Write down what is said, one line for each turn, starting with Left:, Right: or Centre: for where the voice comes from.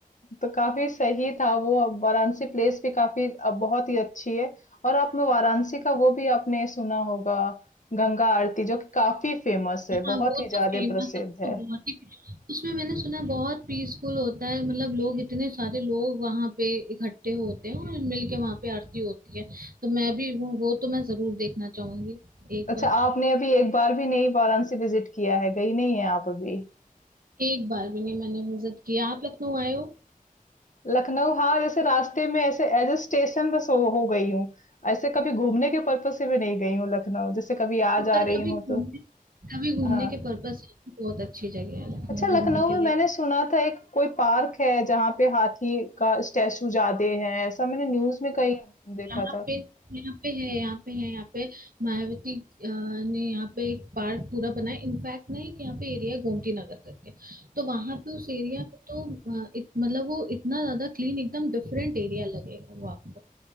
Left: तो काफ़ी सही था वो। अब वाराणसी प्लेस भी काफ़ी अ, बहुत ही अच्छी है और आप में वाराणसी का वो भी आपने सुना होगा गंगा आरती जो कि काफ़ी फेमस है,
Right: हाँ
Left: बहुत
Right: वो
Left: ही ज़्यादा
Right: तो फेमस
Left: प्रसिद्ध
Right: है वो
Left: है।
Right: तो बहुत ही उसमें मैंने सुना है बहुत पीसफुल होता है मतलब लोग इतने सारे लोग वहां पे इकट्ठे होते हैं और मिलके वहां पे आरती होती है तो मैं भी वो, वो तो मैं जरूर देखना चाहूंगी एक
Left: अच्छा
Right: बार
Left: आपने अभी एक बार भी नहीं वाराणसी विजिट किया है, गई नहीं है आप अभी?
Right: एक बार भी नहीं मैंने विजिट किया आप लखनऊ आए हो
Left: लखनऊ हाँ, जैसे रास्ते में ऐसे एज अ स्टेशन बस हो हो गई हूँ। ऐसे कभी घूमने के पर्पज़ से भी नहीं गई हूँ लखनऊ, जैसे कभी आज आ जा
Right: पर
Left: रही
Right: कभी
Left: हूँ तो
Right: घूमने कभी घूमने
Left: हाँ।
Right: के पर्पस से बहुत अच्छी जगह है लखनऊ
Left: अच्छा लखनऊ
Right: घूमने के
Left: में
Right: लिए
Left: मैंने सुना था एक कोई पार्क है जहाँ पे हाथी का स्टैचू ज्यादा है ऐसा मैंने न्यूज में कहीं देखा
Right: यहाँ
Left: था
Right: पे यहाँ पे है यहाँ पे है यहाँ पे मायावती अ, ने यहाँ पे एक पार्क पूरा बनाया इनफैक्ट ना एक यहाँ पे एरिया है गोमती नगर करके तो वहां पे उस एरिया पे तो अ, इत, मतलब वो इतना ज्यादा क्लीन एकदम डिफरेंट एरिया लगेगा वो आपको